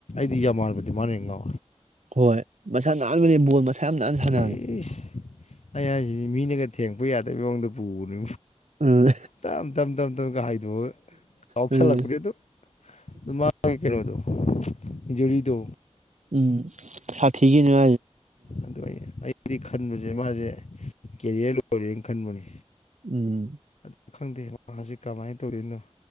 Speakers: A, on the left; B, on the right.
A: ꯇꯤꯖ ꯃꯥꯅꯕꯗꯤ ꯃꯥꯅ ꯌꯦꯡꯉꯣ
B: ꯍꯣꯏ ꯅꯥꯟꯕꯅꯦ ꯕꯣꯜ ꯃꯁꯥ ꯌꯥꯝ ꯅꯥꯟꯅ ꯁꯥꯟꯅꯕꯅꯦ
A: ꯑꯦ ꯑꯩꯁꯤ ꯃꯤꯅꯒ ꯊꯦꯡꯛꯄ ꯌꯥꯗꯕ ꯃꯑꯣꯡꯗ ꯄ ꯄꯨꯅ
B: ꯎꯝ
A: ꯇꯞ ꯇꯞ ꯇꯞ ꯇꯞ ꯀꯍꯥꯏꯗꯨ ꯀꯥꯎꯁꯜꯂꯛꯄꯅꯦ
B: ꯎꯝ
A: ꯑꯗꯨ ꯑꯗꯨ ꯃꯥꯒꯤ ꯀꯩꯅꯣꯗꯣ ꯌꯔꯤꯤꯗꯨ
B: ꯎꯝ ꯁꯥ ꯊꯤꯒꯤꯅ
A: ꯑꯗꯨ ꯑꯩ ꯑꯩꯗꯤ ꯈꯟꯕꯁꯦ ꯃꯥꯁꯦ ꯀꯦꯔꯤꯌꯔ ꯂꯣꯏꯔꯦꯅ ꯈꯟꯕꯅꯤ
B: ꯎꯝ
A: ꯑꯗꯨ ꯈꯪꯗꯦ ꯃꯥꯁꯤ ꯀꯃꯥꯏꯅ ꯇꯧꯗꯣꯏꯅꯣ